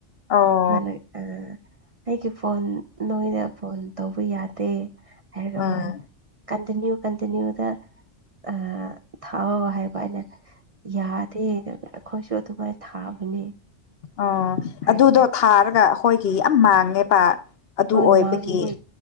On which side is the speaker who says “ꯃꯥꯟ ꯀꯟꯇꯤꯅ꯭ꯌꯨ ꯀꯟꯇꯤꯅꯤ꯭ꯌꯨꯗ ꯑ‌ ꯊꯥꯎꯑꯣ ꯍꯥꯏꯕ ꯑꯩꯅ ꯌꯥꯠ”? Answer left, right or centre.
Right